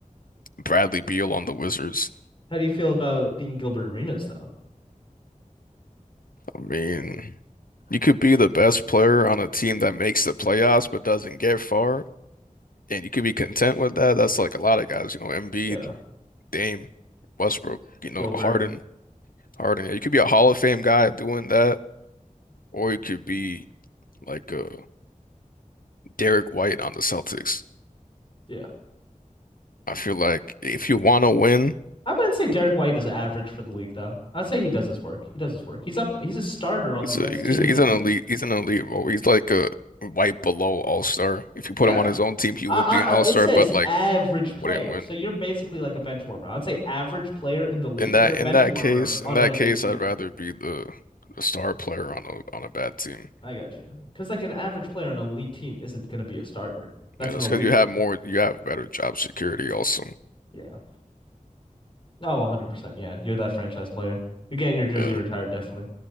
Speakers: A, on the left (about 85°); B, on the left (about 40°).
A: Bradley Beal on the Wizards.
B: How do you feel about being Gilbert Arenas, though?
A: I mean, you could be the best player on a team that makes the playoffs but doesn't get far, and you could be content with that. That's like a lot of guys, you know, Embiid,
B: Yeah,
A: Dame, Westbrook, you
B: Gilbert.
A: know, Harden, Harden. You could be a Hall of Fame guy doing that, or you could be like uh Derek White on the Celtics.
B: Yeah.
A: I feel like if you want to win.
B: I wouldn't say Derek White is average for the league, though. I'd say he does his work. He does his work. He's up there. He's a starter on
A: He's
B: the best
A: a, he's,
B: team
A: he's
B: in the league.
A: an elite. He's an elite role. He's like a right below all-star. If you
B: Yeah.
A: put him on his own team, he
B: I,
A: would
B: I,
A: be an all-star,
B: I- it says
A: but like
B: average
A: he wouldn't
B: player.
A: win.
B: So you're basically like a bench warmer. I would say average player in the league.
A: In that
B: You're a bench
A: in that
B: warmer
A: case, in
B: on
A: that
B: an elite
A: case,
B: team.
A: I'd rather be the, the star player on a on a bad team.
B: I got you. Because like an average player on an elite team isn't going to be a starter. That's
A: Yeah, just
B: an elite
A: because you
B: team.
A: have more, you have better job security also.
B: Yeah. Oh, 100%. Yeah. You're that franchise player. You're getting your jersey
A: Yeah.
B: retired, definitely.